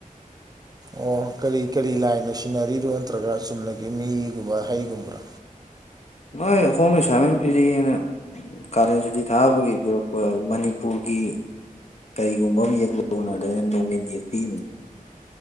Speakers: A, on the left; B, on the right.
A: <inaudible>
B: ꯑꯣ ꯀꯔꯤ ꯀꯔꯤ ꯂꯥꯏꯅ ꯁꯤꯟꯅꯔꯤꯅꯣ ꯅꯠꯇ꯭ꯔꯒ ꯆꯨꯝꯅꯒꯤ ꯃꯤꯒꯨꯝꯕꯥ ꯍꯩꯒꯨꯝꯕ꯭ꯔꯥ
A: ꯅ ꯍꯣꯝꯁꯃꯤ ꯄꯤꯔꯤꯅ ꯀꯥꯔꯦꯟ ꯁꯨꯇꯤ ꯊꯥꯕꯒꯤꯁꯨ ꯃꯅꯤꯄꯨꯔꯒꯤ ꯀꯔꯤꯒꯨꯝꯕ ꯑꯃ ꯌꯦꯛꯂꯨꯅ ꯑ ꯌꯦꯁꯤ